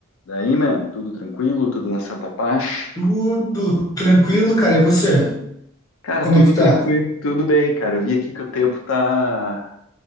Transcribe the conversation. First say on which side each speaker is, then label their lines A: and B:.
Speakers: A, on the left; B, on the left.
A: Daí, mano, tudo tranquilo, tudo na santa paz.
B: Tudo tranquilo, cara. E você?
A: Cara,
B: Como
A: tudo
B: é que
A: tranquilo,
B: tá?
A: tudo bem, cara. Eu vi aqui que o tempo tá,